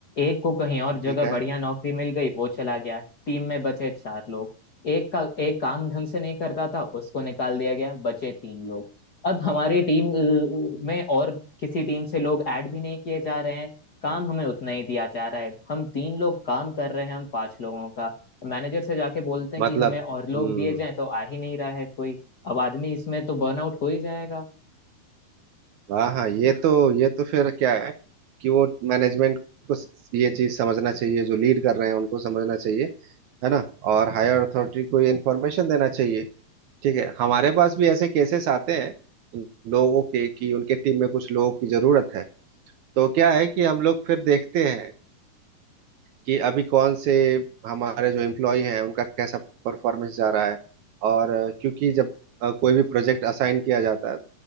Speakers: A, on the left; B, on the right.
A: एक को कहीं और जगह
B: ठीक है
A: बढ़िया नौकरी मिल गई वो चला गया टीम में बचे चार लोग एक का एक काम ढंग से नहीं करता था उसको निकाल दिया गया बचे तीन लोग अब हमारी टीम अ, में और किसी टीम से लोग ऐड भी नहीं किए जा रहे हैं काम हमें उतना ही दिया जा रहा है हम तीन लोग काम कर रहे हैं हम पांच लोगों का मैनेजर से जाके बोलते हैं
B: मतलब
A: कि हमें और लोग
B: हम्म
A: दिए जाएं तो आ ही नहीं रहा है कोई अब आदमी इसमें तो बर्नआउट हो ही जाएगा
B: हाँ हाँ ये तो ये तो फिर क्या है कि वो मैनेजमेंट को स- ये चीज समझना चाहिए जो लीड कर रहे हैं उनको समझना चाहिए है ना और हायर अथॉरिटी को ये इन्फॉर्मेशन देना चाहिए ठीक है हमारे पास भी ऐसे केसेस आते हैं लोगों के कि उनके टीम में कुछ लोगों की जरूरत है तो क्या है कि हम लोग फिर देखते हैं कि अभी कौन से हमारे जो एम्प्लॉय हैं उनका कैसा परफॉर्मेंस जा रहा है और अ, क्योंकि जब अ, कोई भी प्रोजेक्ट असाइन किया जाता है